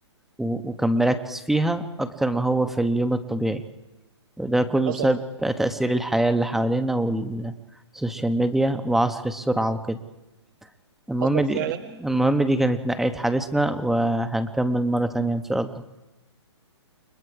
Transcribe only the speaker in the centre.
و- وكان مركز فيها اكتر ما هو في اليوم الطبيعي وده كله
بسبب بقى تأثير الحياة اللي حوالينا والسوشيال ميديا وعصر السرعة وكده المهم
دي
المهم دي كانت نهاية حديثنا وهنكمل مرة تانية إن شاء الله